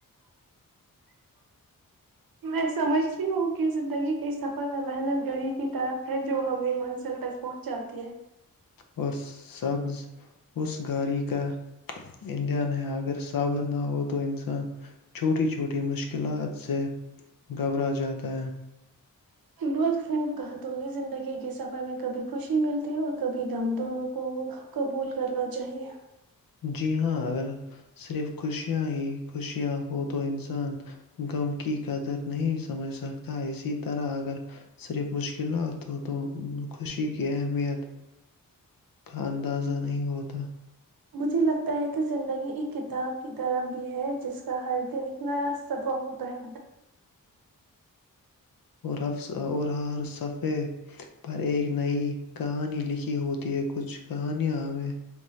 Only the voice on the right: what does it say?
میں سمجھتی ہوں کہ زندگی کے سفر میں محنت گھڑی کی طرف ہے جو ہمیں منزل تک پہنچاتی ہے
بہت خوب گاتنی زندگی کے سفر میں کبھی خوشی ملتی ہے اور کبھی غم دونوں کو قبول کرنا چاہیے
مجھے لگتا ہے کہ زندگی ایک کتاب کی طرح بھی ہے جس کا ہر دن ایک نیا صفحہ ہوتا ہے